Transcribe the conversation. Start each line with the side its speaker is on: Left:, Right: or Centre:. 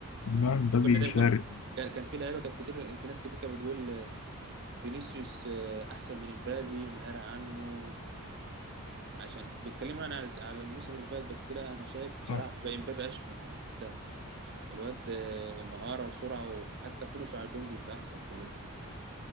Left: أما مبابي
Right: كنا دايما
Left: فارق
Right: كنا كان كان في لعيبه كانت كتير في ناس كتير كانت بتقول آه، فينيسيوس آه، احسن من مبابي مهارة عنه عشان بيتكلموا انا على على الموسم اللي فات بس لا انا شايف بصراحه
Left: صح
Right: بقى مبابي اشمل يعني انت الواد آه، مهارة وسرعة وحتى فينش على الجون بيبقى أحسن كمان يعني